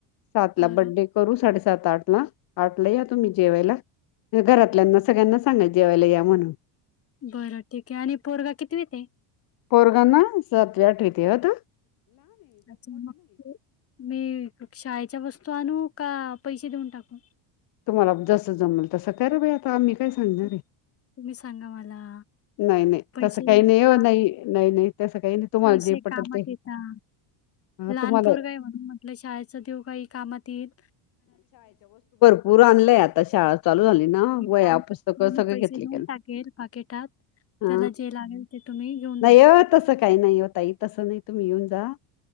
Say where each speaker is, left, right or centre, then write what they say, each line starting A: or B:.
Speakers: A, on the left; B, on the left.
A: सातला
B: बरं
A: बर्थडे करून साडेसातला सात आठ ला आठला या तुम्ही
B: हं,
A: जेवायला. घरातल्यांना सगळ्यांना सांगा जेवायला या म्हणून.
B: बरं ठीक आहे आणि पोरगा कितवीतय.
A: पोरगांना सातवी आठवीती होता.
B: अच्छा मग मी शाळेच्या वस्तू आणू का? पैसे देऊन टाकू.
A: तुम्हाला जस जमेल तसं करा बाई आता आम्ही- काय सांगणार आहे.
B: तुम्ही सांगा मला-
A: नाही नाही.
B: पैसे
A: तसं काही
B: का
A: हो, नाही नाही नाही नाही. तसं काही तुम्हाला
B: पैसे
A: जे पटेल
B: कामात
A: ते
B: येता -
A: हां,
B: लहान
A: तुम्हाला
B: पोरग आहे म्हणून म्हटलं शाळेच देऊ काही कामात येईल.
A: पूर आणलंय. आता शाळा चालू झाली ना
B: मी
A: वह्या
B: काम
A: पुस्तकं
B: करते मी
A: सगळे
B: पैसे
A: घेतले
B: देऊन
A: गेल.
B: टाकेल पाकिटात
A: हा.
B: त्याला जे लागेल ते तुम्ही घेऊन
A: नाही
B: द्या
A: हो, तस काही नाही हो ताई तसं नाही. तुम्हीयेऊन जा.